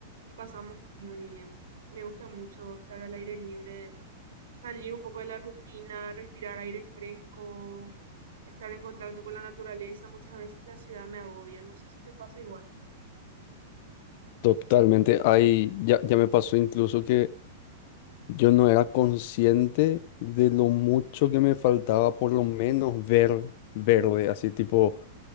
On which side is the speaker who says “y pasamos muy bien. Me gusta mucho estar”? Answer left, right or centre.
Right